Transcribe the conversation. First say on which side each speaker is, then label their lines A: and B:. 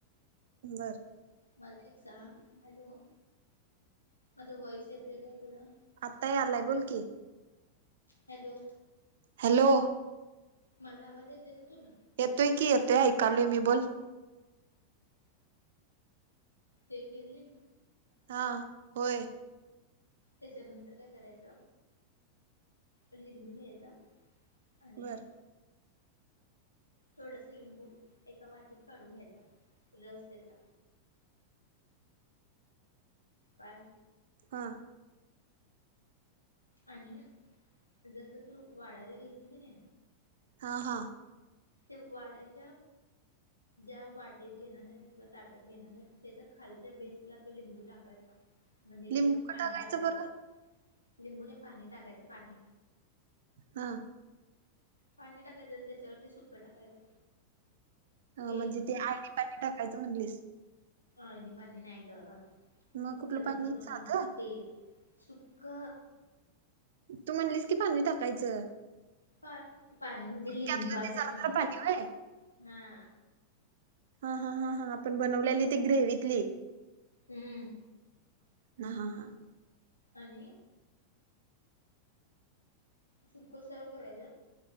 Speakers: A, on the right; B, on the left.
A: बर
B: मला एक सांग, हॅलो माझा वॉइस येतोय काय तुला?
A: आता यायलाय बोल की
B: हॅलो
A: हॅलो
B: माझा आवाज येते ना तुला?
A: येतोय की येतोय, ऐकलोय मी बोल
B: ते केलीस?
A: हा होय
B: त्याच्यानंतर काय करायच लिंबू घ्यायचा. आणि
A: बरं
B: थोडस लिंबू एका वाटीत काढून घ्यायचा रस त्याचा काय
A: हा
B: आणि जसं तू वाडायला घेशील कणी
A: हा हा
B: ते वाढायच ज्या वाटीत घेणार आहेस किंवा ताटात घेणार आहेस त्याच्या खालच्या बेसला तो लिंबू टाकायचा. म्हणजे
A: लिंबू
B: हे
A: का
B: पाणी टाकायचं
A: बरं
B: लिंबू नाही पाणी टाकायचं पाणी
A: हा
B: पाणी टाकायचं आणि त्याच्यावरती सुक्क टाकायचं.
A: ह
B: एक
A: म्हणजे ते आळणी पाणी टाकायचं म्हणलीस
B: आळणी पाणी नाही गं
A: मग
B: सुक्क
A: कुठलं
B: जे
A: पाणी
B: बनवलय
A: साधं
B: ना ते सुक्क
A: तू म्हणलीस की पाणी टाकायचं
B: प पाणी म्हणजे लिंबाचं
A: त्यातलं ते जरा
B: पाणी
A: जरा
B: टाकाय
A: व्हय
B: हा
A: हा हा हा हा आपण बनवले ते ग्रेवितली
B: हम्म
A: <unintelligible>
B: आणि सुक्क सर्व करायच